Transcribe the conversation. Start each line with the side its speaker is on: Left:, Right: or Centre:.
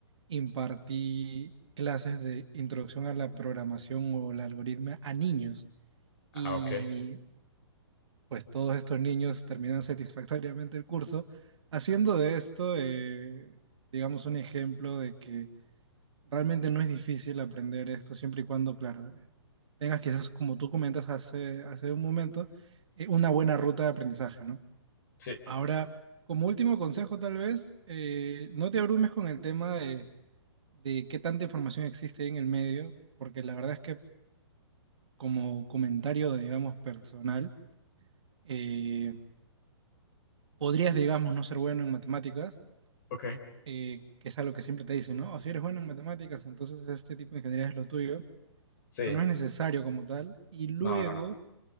Right: impartí clases de introducción a la programación o la algoritmia a niños. y
Left: ah, ok,
Right: pues todos estos niños terminan satisfactoriamente el curso, haciendo de esto, eh, digamos, un ejemplo de que realmente no es difícil aprender esto siempre y cuando, claro, eh, tengas quizás, como tú comentas hace, hace un momento, eh, una buena ruta de aprendizaje, ¿no?
Left: sí,
Right: Ahora, como último consejo, tal vez, eh, no te abrumes con el tema de, de qué tanta información existe ahí en el medio, porque la verdad es que como comentario, digamos, personal, eh, podrías, digamos, no ser bueno en matemáticas,
Left: ok,
Right: eh, que es algo que siempre te dicen, ¿no? O si eres bueno en matemáticas, entonces este tipo de ingeniería es lo tuyo,
Left: sí,
Right: pero no es necesario como tal. Y luego,
Left: no, no, no,